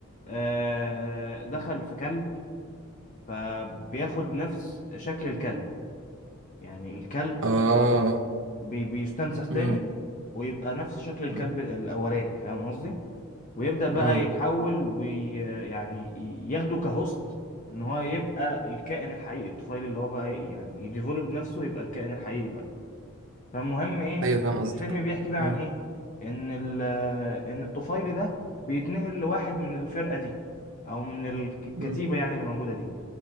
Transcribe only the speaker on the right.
اه
امم
امم
أمم.
ايوه فاهم قصدك
امم
امم